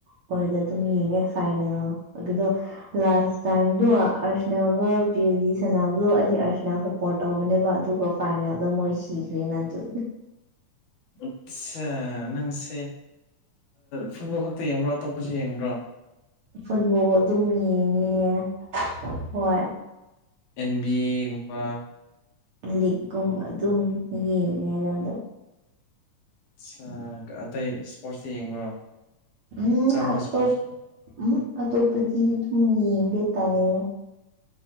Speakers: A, on the right; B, on the left.
A: ꯍꯣꯏ ꯑꯗꯥ ꯑꯗꯨꯝ ꯌꯦꯡꯉꯦ ꯐꯥꯏꯅꯦꯜꯒꯤꯗꫭ ꯂꯥꯁ ꯇꯥꯏꯝꯗꯣ ꯑꯔꯁꯅꯥꯜꯒ ꯄꯤ ꯖꯤ ꯁꯅꯕꯗꯣ ꯑꯩꯗꯤ ꯑꯔꯁꯅꯥꯜ ꯈꯠ ꯄꯣꯔꯠ ꯇꯧꯕꯅꯦꯕ ꯑꯗꯨꯒ ꯐꯥꯏꯅꯦꯜꯗ ꯃꯣꯏ ꯁꯤꯈ꯭ꯔꯦꯅ ꯑꯗꯨ
B: ꯑꯠꯆꯥ ꯅꯪꯁꯦ ꯐꯨꯠꯕꯣꯜ ꯈꯛꯇ ꯌꯦꯡꯕ꯭ꯔꯣ ꯑꯇꯣꯞꯄꯁꯨ ꯌꯦꯡꯕ꯭ꯔꯣ
A: ꯐꯨꯠꯕꯣꯜ ꯑꯗꯨꯝ ꯌꯦꯡꯉꯦ ꯍꯣꯏ
B: ꯑꯦꯟ ꯕꯤ ꯑꯦꯒꯨꯝꯕ
A: ꯂꯤꯛꯒꯨꯝꯕ ꯑꯗꯨꯝ ꯌꯦꯡꯉꯦꯗ ꯑꯗꯣ
B: ꯑꯠꯆꯥ ꯑꯇꯩ ꯏꯁꯄꯣꯔꯠꯁꯇ ꯌꯦꯡꯕ꯭ꯔꯣ
A: ꯎꯝ
B: ꯀꯔꯝꯕ
A: ꯑꯇꯣꯞ
B: ꯏꯁꯄꯣꯔꯠꯁ
A: ꯎꯝ ꯑꯇꯣꯞꯄꯗꯤ ꯑꯗꯨꯝ ꯌꯦꯡꯗꯦ ꯇꯜꯂꯦ